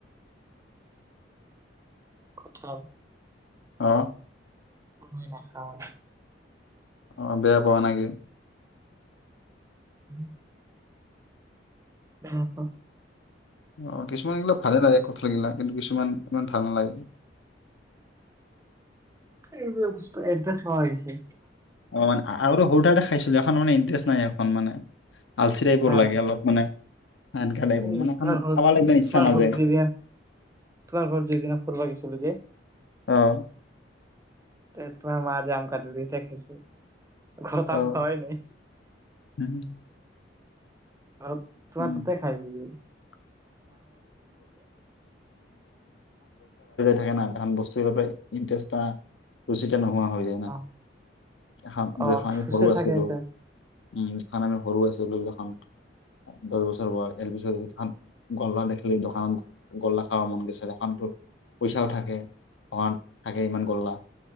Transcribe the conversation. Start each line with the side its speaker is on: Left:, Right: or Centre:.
Right: কঠাল?
Left: অ।
Right: মই নাখাও এ।
Left: অ, বেয়া পোৱা নেকি?
Right: উম। হ ত
Left: অ', কিছুমান এইিলা ভালে লাগে কথা লাগিলা কিন্তু কিছুমান ইমান ভাল নালাগে।
Right: এইবাক বস্তু এডজাষ্ট হ হৈছে।
Left: অন আৰুৰ ঔট খাইছিলো এখন মানে ইণ্টাৰেষ্ট নাই এখন মানে আলচি টাইপৰ
Right: না
Left: লাগে
Right: না
Left: অলপ মানে সেনকা টাইপৰ
Right: এই
Left: মানে খান
Right: তোমাৰ ঘৰত
Left: খাবা লাগব ইচ্ছা
Right: তোমাৰ
Left: নাযায়।
Right: ঘৰত যিদিনা তোমাৰ ঘৰত যিদিনা ফৰবাকী চল যে
Left: অ',
Right: তে তো আমাৰজ আম কতি দি দে খাইছো ঘৰত
Left: অ'।
Right: তাম খাবাই নাই।
Left: উম,
Right: আৰু তোমাৰ
Left: উম,
Right: তাতে খাই বোই ই।
Left: <unintelligible> থাকে না তাহান বস্তু এবৰ পৰাই ইণ্টাৰেষ্ট ৰুচিত ন নোৱা হৈ যায় না
Right: অ
Left: এখান
Right: অ
Left: দেখন আমি
Right: খুচে
Left: সৰু আছিলো।
Right: থাকে সিহঁতে
Left: উম যিখন আমি সৰু আছিলো যখন দহ বছৰ হোৱা এল পি চ সেখন গল্লা দেখিলি দোকানত গল্লা খাব মন গৈছে, দখানতো পইচাও থাকে দোকানত থাকে ইমান গল্লা